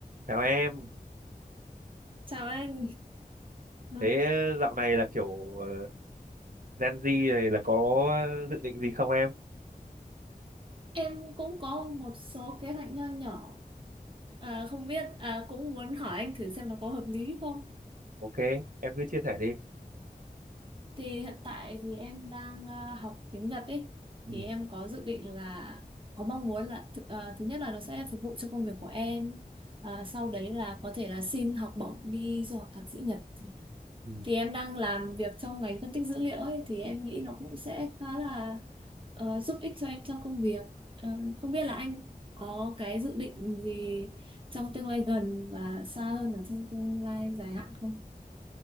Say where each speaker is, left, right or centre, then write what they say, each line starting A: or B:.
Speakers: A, on the right; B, on the right.
A: Chào em.
B: Chào anh, Ừ,
A: Thế dạo này là kiểu ờ, Gen Z này là có dự định gì không em?
B: em cũng có một số kế hoạch nho nhỏ, à, không biết à, cũng muốn hỏi anh thử xem nó có hợp lý không.
A: Ok, em cứ chia sẻ đi.
B: Thì hiện tại thì em đang à, học tiếng Nhật ấy,
A: Ừ.
B: thì em có dự định là có mong muốn là th à, thứ nhất là nó sẽ phục vụ cho công việc của em, à, sau đấy là có thể là xin học bổng đi du học thạc sĩ Nhật.
A: Ừ.
B: thì em đang làm việc trong ngành phân tích dữ liệu ấy thì em nghĩ nó cũng sẽ khá là ờ, giúp ích cho em trong công việc Ờ, không biết là anh có cái dự định gì trong tương lai gần và xa hơn là trong tương lai dài hạn không?